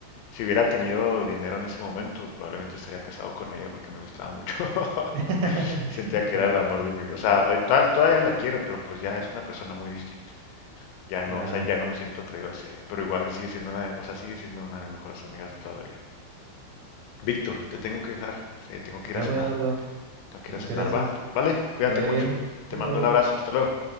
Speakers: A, on the left (about 80°); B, on the right (about 70°).
A: si hubiera tenido dinero en ese momento, probablemente estaría casado con ella porque me gustaba mucho. <laughs>
B: <laughs>
A: Sentía que
B: Claro,
A: era el amor de mi vida. O sea, hoy tal- todavía la quiero, pero pues ya es una persona muy distinta. ya no,
B: claro.
A: o sea, ya no me siento atraído hacia ella, pero igual sigue siendo una, o sea, sigue siendo una de mis mejores amigas de toda la vida. Víctor, te tengo que dejar, eh, tengo que
B: Ya
A: ir a cenar,
B: pues, Eduardo.
A: tengo que
B: Muchas
A: ir a cenar,
B: gracias.
A: va, vale, cuídate
B: Que vaya
A: mucho,
B: bien.
A: te
B: Chao,
A: mando
B: chao.
A: un abrazo, hasta luego.